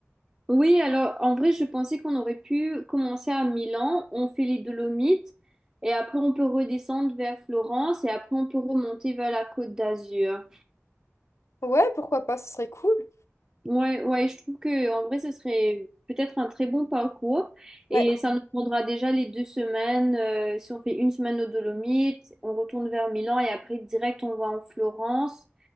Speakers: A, on the right (about 15°); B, on the left (about 70°).
A: Oui, alors en vrai, je pensais qu'on aurait pu commencer à Milan, on fait les Dolomites et après on peut redescendre vers Florence et après on peut remonter vers la Côte d'Azur.
B: Ouais, pourquoi pas, ce serait cool.
A: Ouais, ouais, je trouve que en vrai, ce serait peut-être un très bon parcours
B: Ouais,
A: et ça nous prendra déjà les deux semaines. euh, si on fait une semaine aux Dolomites, on retourne vers Milan et après direct on va en Florence.